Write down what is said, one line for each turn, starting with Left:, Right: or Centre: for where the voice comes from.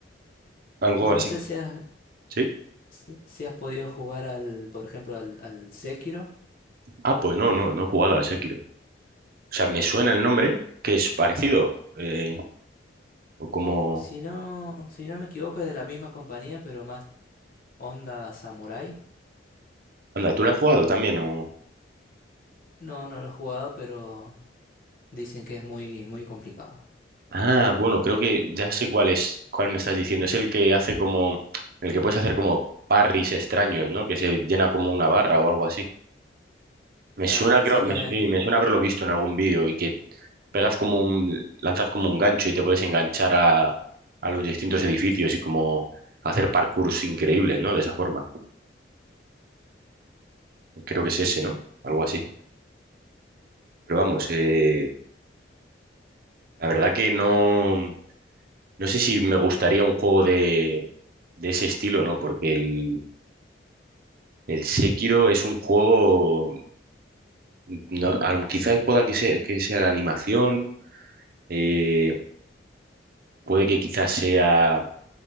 Right: Algo
Left: Y no
Right: así,
Left: sé si has,
Right: ¿sí?
Left: si, si has podido jugar al, por ejemplo, al, al Sekiro.
Right: Ah, pues no, no, no he jugado al Sekiro. O sea, me suena el nombre, que es parecido. eh, o como.
Left: Si no, si no me equivoco, es de la misma compañía, pero más onda Samurai.
Right: Anda, ¿tú lo has jugado también? O...
Left: No, no lo he jugado, pero dicen que es muy, muy complicado.
Right: Ah, bueno, creo que ya sé cuál es, cuál me estás diciendo. Es el que hace como. El que puedes hacer como parries extraños, ¿no? Que se llena como una barra o algo así. Me
Left: Claro,
Right: suena,
Left: exactamente.
Right: creo, me, su- sí, me suena haberlo visto en algún vídeo y que pegas como un. lanzas como un gancho y te puedes enganchar a, a los distintos edificios y como hacer parkours increíbles, ¿no? De esa forma. Creo que es ese, ¿no? Algo así. Pero vamos, eh, la verdad que no. No sé si me gustaría un juego de, de ese estilo, ¿no? Porque el, el Sekiro es un juego. No, a lo- quizás pueda que sea, que sea la animación, eh, puede que quizás sea